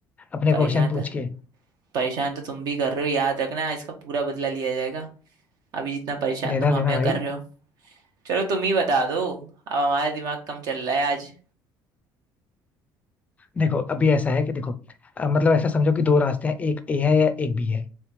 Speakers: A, on the left; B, on the right.
A: अपने
B: परेशान
A: क्वेश्चन
B: तो
A: पूछ के
B: परेशान तो तुम भी कर रहे हो याद रखना इसका पूरा बदला लिया जाएगा अभी जितना परेशान
A: लेना
B: तुम
A: लेना
B: हमें
A: भाई
B: कर रहे हो चलो तुम ही बता दो अब हमारा दिमाग कम चल रहा है आज
A: देखो अभी ऐसा है कि देखो अ, मतलब ऐसा समझो कि दो रास्ते हैं एक ए है या एक बी है